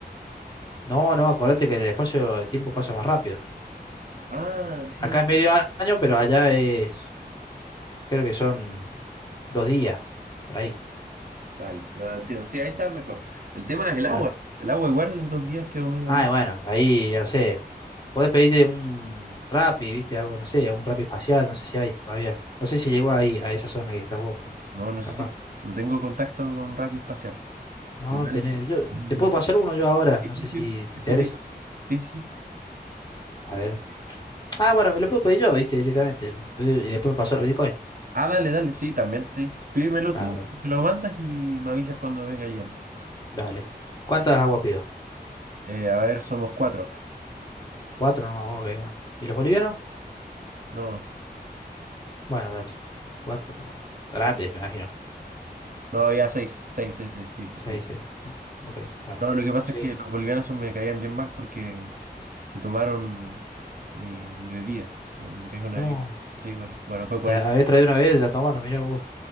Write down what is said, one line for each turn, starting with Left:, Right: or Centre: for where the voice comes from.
Left: No, no, acordate que en el espacio el tiempo pasa más rápido.
Right: Ah, sí.
Left: Acá es medio a- año, pero allá es, creo que son dos días, por ahí.
Right: Vale, no entiendo. Sí, ahí está mejor. El tema es el agua.
Left: Claro.
Right: El agua igual en dos días quedó medio...
Left: Ah,
Right: mu-
Left: y bueno, ahí ya no sé. Podés pedirte un Rappi, ¿viste? Algo, no sé, algún Rappi espacial, no sé si hay todavía. No sé si llegó ahí, a esa zona que estás vos, pero
Right: No, no
Left: capaz.
Right: sé si... No tengo contacto con radio espacial.
Left: No,
Right: Igual...
Left: no tenés. Yo,
Right: No
Left: te puedo
Right: sé.
Left: pasar uno yo ahora,
Right: Sí,
Left: no sé
Right: sí, sí,
Left: si te
Right: eso
Left: interesa.
Right: te digo. Sí, sí,
Left: A
Right: sí.
Left: ver.
Right: Sí. sí.
Left: Ah, bueno, me lo puedo pedir yo, ¿viste? Directamente. Y después me pasó el Bitcoin.
Right: Ah, dale, dale. Sí, también, sí. Pídemelo
Left: Claro,
Right: tú,
Left: dale.
Right: me lo mandas y me avisas cuando venga llegando.
Left: Dale. ¿Cuántas aguas pido?
Right: Eh, a ver, somos cuatro acá.
Left: Cuatro nomás, ok, bueno. ¿Y los bolivianos?
Right: No,
Left: Bueno, dale. Cuatro aguas. Grandes, me imagino.
Right: no, ya seis. Seis, seis, seis, sí, sí,
Left: Seis,
Right: seis.
Left: seis. O- Ok, bueno.
Right: No, lo que pasa
Left: Sí.
Right: es que los bolivianos esos me caían bien mal porque se tomaron mi, mi bebida. ¿no? Me trajeron una
Left: No.
Right: bebida. Sí, bueno, bueno, fue por
Left: Te habías
Right: eso.
Left: traído una vez, la tomaron, mira vos.